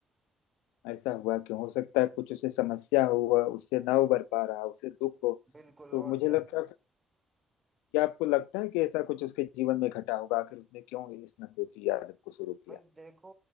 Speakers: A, on the left; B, on the right.
A: ऐसा हुआ क्यों हो सकता है कुछ उसे समस्या हो वह उससे
B: हाँ।
A: ना उबर पा रहा उसे दुख हो
B: बिल्कुल
A: तो
B: और
A: मुझे
B: क्या
A: लगता है क्या आपको लगता है कि ऐसा कुछ उसके जीवन में घटा होगा आखिर उसने क्यों इस नशे की आदत को शुरू किया
B: भाई देखो